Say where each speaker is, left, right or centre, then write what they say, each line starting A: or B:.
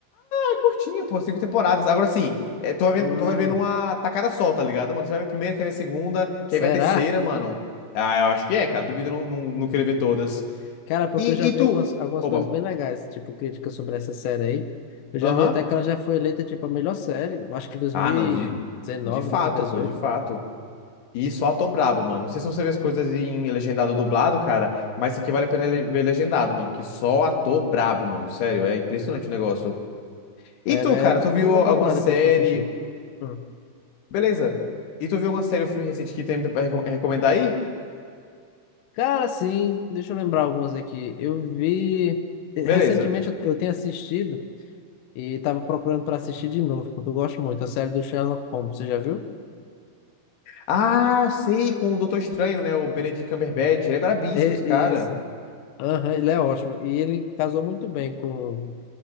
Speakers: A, on the left; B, on the left.
A: é curtinha, pô, cinco temporadas. Agora sim, é, tu vai vendo,
B: Hum,
A: tu vai vendo uma tacada só, tá ligado, mano? Você vai ver a primeira, quer ver a segunda, quer
B: será?
A: ver a terceira, mano. Ah, eu acho que é, cara. Duvido não, não, não querer ver todas.
B: Cara, porque
A: E,
B: eu já vi
A: e tu.
B: algumas, algumas
A: Opa,
B: coisas bem legais, tipo, críticas sobre essa série aí. Eu já
A: aham.
B: vi até que ela já foi eleita, tipo, a melhor série, eu acho que em 2019,
A: Ah, não, de, de fato,
B: 2018.
A: pô, de fato. E só ator brabo, mano. Não sei se você vê as coisas em legendado ou dublado, cara, mas isso aqui vale a pena le- ver legendado, mano. Que só ator brabo, mano. Sério, é impressionante o negócio. E
B: Sério,
A: tu,
B: é...
A: cara,
B: é,
A: tu
B: Vou,
A: viu
B: vou procurar
A: alguma série?
B: depois pra assistir. Hum.
A: Beleza. E tu viu uma série ou filme recente que tem pra reco- recomendar aí?
B: Cara, sim, deixa eu lembrar algumas aqui. Eu vi... Recentemente
A: Beleza.
B: eu eu tenho assistido e tava procurando pra assistir de novo, porque eu gosto muito. A série do Sherlock Holmes, você já viu?
A: Ah, sei, com o Doutor Estranho, né? O Benedict Cumberbatch. Ele é brabíssimo,
B: É,
A: esse cara.
B: isso. Aham, ele é ótimo. E ele casou muito bem com